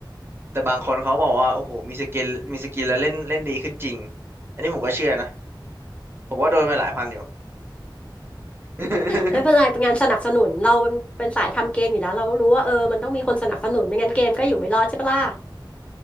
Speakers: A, on the right (about 30°); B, on the left (about 15°).
A: แต่บางคนเขาบอกว่าโอ้โหมีสกิลมีสกิลแล้วเล่นเล่นดีขึ้นจริงอันนี้ผมก็เชื่อนะผมว่าโดนไปหลายพันอยู่ <laughs>
B: ไม่เป็นไรเป็นงานสนับสนุนเราเป็นเป็นสายทำเกมอยู่แล้วเรารู้ว่าเออมันต้องมีคนสนับสนุนไม่งั้นเกมก็อยู่ไม่รอดใช่ปะล่ะ